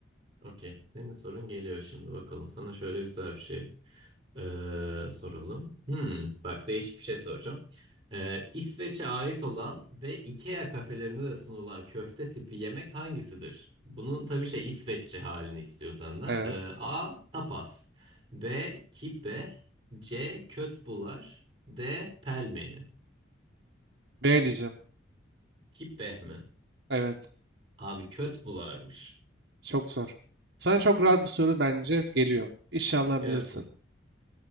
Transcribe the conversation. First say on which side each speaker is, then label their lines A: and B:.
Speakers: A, on the right; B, on the right.
A: Okey. Senin sorun geliyor şimdi bakalım. Sana şöyle güzel bir şey. Ee, soralım. Hmm, bak değişik bir şey soracağım. Ee, İsveç'e ait olan ve IKEA kafelerinde de sunulan köfte tipi yemek hangisidir? Bunun tabii şey İsveççe halini istiyor senden.
B: Evet.
A: Ee, A. Tapas B. Kibbe C. Kötbular D. Pelmeni
B: B diyeceğim.
A: Kibbeh mi?
B: Evet.
A: Abi kötbularmış.
B: Çok zor. Sana çok rahat bir soru bence geliyor. İnşallah
A: Gelsin.
B: bilirsin.